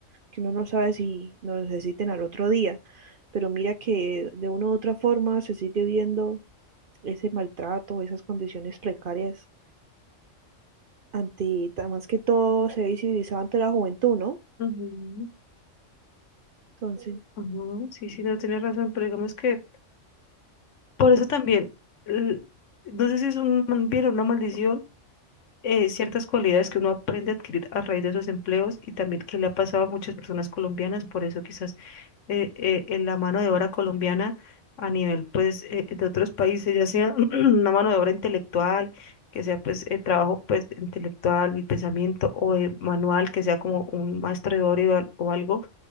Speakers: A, on the right; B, on the left.
A: que uno no sabe si lo necesiten al otro día. Pero mira que de una u otra forma se sigue viendo ese maltrato, esas condiciones precarias ante, ta- más que todo se visibilizaba ante la juventud, ¿no?
B: Ujú.
A: Entonces,
B: Ujú, Sí, sí, no tienes razón, pero digamos que por eso también, l- no sé si es un mal- bien o una maldición, eh, ciertas cualidades que uno aprende a adquirir a raíz de esos empleos y también que le ha pasado a muchas personas colombianas, por eso quizás eh, eh, en la mano de obra colombiana a nivel pues eh, de otros países, ya sea <clears throat> una mano de obra intelectual, que sea pues eh, trabajo pues intelectual, el pensamiento o eh, manual, que sea como un maestro de obra y al- o algo,